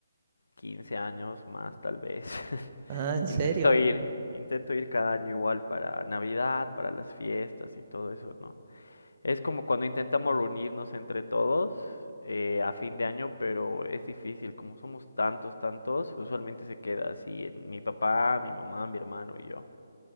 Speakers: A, on the left; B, on the right.
A: 15 años más, tal vez. <laughs>
B: Ah, ¿en
A: Intento
B: serio?
A: ir, intento ir cada año igual para Navidad, para las fiestas y todo eso, ¿no? Es como cuando intentamos reunirnos entre todos eh, a fin de año, pero es difícil, como somos tantos, tantos, usualmente se queda así en mi papá, mi mamá, mi hermano y yo.